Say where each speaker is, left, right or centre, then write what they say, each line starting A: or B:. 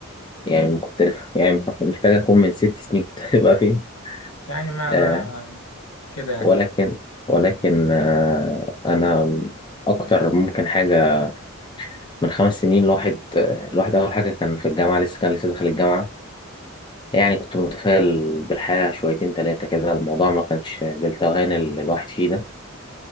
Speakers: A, on the left; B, on the left.
A: يعني ما كنت <laughs> يعني محتاج أكون من ست سنين كنت <laughs> هبقى فين
B: يعني ما
A: آه
B: ما كده يعني
A: ولكن ولكن آه أنا أكتر ممكن حاجة من خمس سنين الواحد آه، الواحد أول حاجة كان في الجامعة لسه كان لسه داخل الجامعة يعني كنت متفائل بالحياة شويتين تلاتة كده الموضوع ما كانش بالتوهان اللي الواحد فيه ده